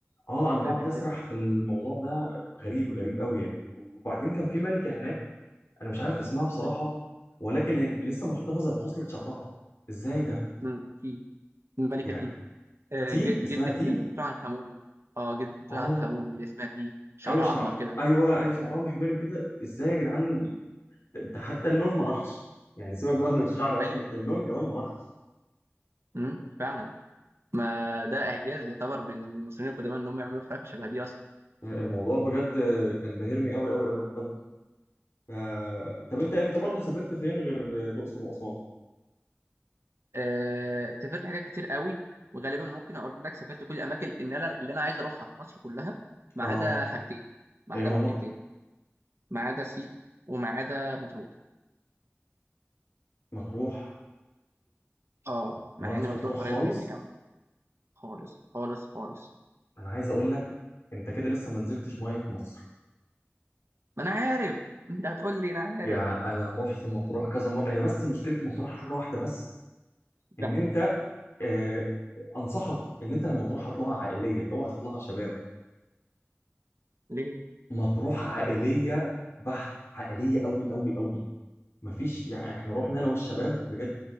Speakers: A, on the left (about 70°); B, on the right (about 70°).
A: اه انا بقعد
B: فاهم إحساسك
A: اسرح في الموضوع ده غريب غريب قوي يعني وبعدين كان في ملكة هناك انا مش عارف اسمها بصراحة ولكن هي لسه محتفظة بخصلة شعرها ازاي ده
B: مم. في الملكة
A: يعني
B: تي آه،
A: تي
B: ج-
A: اسمها
B: جدة
A: تي
B: توت عنخ آمون اه جدة توت
A: اه
B: عنخ آمون اللي اسمها تي شعرها
A: ايوه شعر
B: أحمر كده
A: ايوه ايوه شعرها محمر كده ازاي يا جدعان ده ده حتى اللون ما راحش يعني سيبك بقى من الشعر اصلا
B: أيوه
A: اللون كمان ما راحش
B: مم. فعلا ما ده إعجاز يعتبر من المصريين القدماء إن هم يعملوا حركة شبه دي أصلا
A: فالموضوع بجد كان باهرني قوي قوي قوي قوي. آه، طب انت انت برضه سافرت فين غير الاقصر واسوان
B: آه، سافرت حاجات كتير قوي وغالبا ممكن أقول لك سافرت كل الأماكن اللي أنا اللي أنا عايز أروحها في مصر كلها ما
A: اه
B: عدا حاجتين ما
A: ايه
B: عدا منطقتين
A: هما
B: ما عدا سيوة وما عدا مطروح
A: مطروح
B: اه
A: ما
B: مع
A: رحتش
B: إن مطروح
A: مطروح
B: قريبة
A: خالص
B: مني قوي خالص خالص خالص
A: انا عايز اقول لك انت كده لسه ما نزلتش ميه في مصر
B: ما أنا عارف أنت هتقول لي أنا عارف
A: يعني انا رحت مطروح كذا مره هي بس مشكله مطروح حاجه واحده بس ان
B: زحمة
A: انت آه انصحك ان انت لما تروح هتطلعها عائليه اوعى تطلعها شباب
B: ليه؟
A: مطروح عائليه بحت عائليه قوي قوي قوي مفيش يعني احنا رحنا انا والشباب بجد